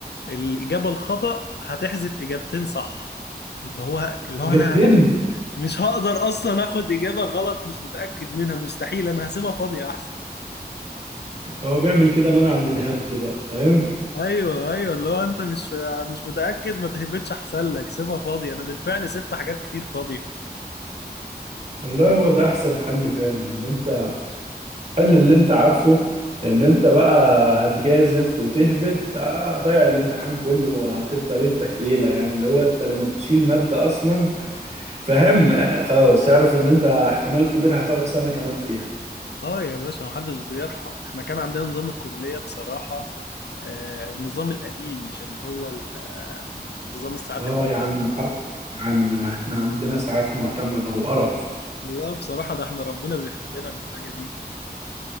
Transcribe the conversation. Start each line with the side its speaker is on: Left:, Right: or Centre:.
Left: الاجابه الخطا هتحذف اجابتين صح اللي هو اللي
Right: اجابتين
Left: هو انا مش هقدر اصلا اخد اجابه غلط مش متاكد منها مستحيل انا هسيبها فاضيه احسن
Right: هو بيعمل كده منعا للهبد بقى فاهم
Left: ايوه ايوه اللي هو انت مش مش متاكد ما تهبطش احسن لك سيبها فاضيه انا بالفعل سبت حاجات كتير فاضيه
Right: والله هو ده احسن حل فعلا ان انت حل اللي انت عارفه لان انت بقى هتجازف وتهبد آه، هتضيع الامتحان كله وهتبقى ليلتك ليلة يعني اللي هو انت لما بتشيل مادة اصلا فاهم آه، خلاص اعرف ان انت احتمال كبير هتقعد سنة كمان فيها
Left: اه يا باشا محدش بيرحم احنا كان عندنا نظام الكلية بصراحة آه النظام القديم مش اللي هو ال- آه، نظام الساعات
Right: اه
Left: المعروف
Right: يا عم حظك يا عم احنا عندنا ساعات معتمدة وقرف
Left: لا بصراحة ده احنا ربنا بيحبنا من الحاجة دي